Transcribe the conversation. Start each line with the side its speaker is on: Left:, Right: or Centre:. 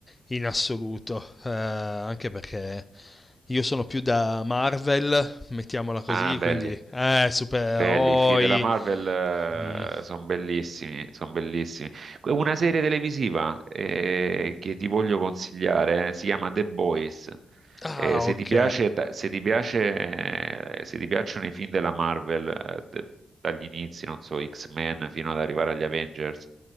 Left: in assoluto, eh, anche perché io sono più da Marvel, mettiamola così,
Right: Ah, belli.
Left: quindi eh, supereroi.
Right: Belli, i film della Marvel
Left: Mm.
Right: sono bellissimi, sono bellissimi. Que- Una serie televisiva eh, che ti voglio consigliare eh, si chiama The Boys.
Left: Ah,
Right: Eh, se
Left: ok.
Right: ti piace, da- se ti piace, eh, se ti piacciono i film della Marvel, eh, d- dagli inizi, non so, X-Men fino ad arrivare agli Avengers,